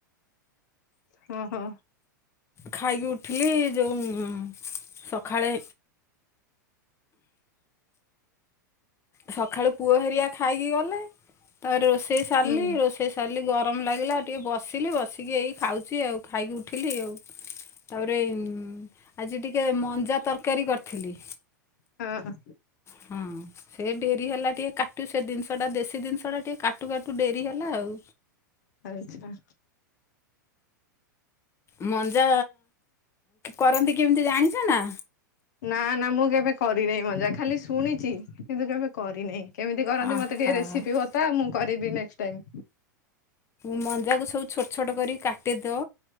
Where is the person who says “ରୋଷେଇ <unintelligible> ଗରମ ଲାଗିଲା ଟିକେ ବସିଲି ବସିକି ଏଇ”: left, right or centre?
Left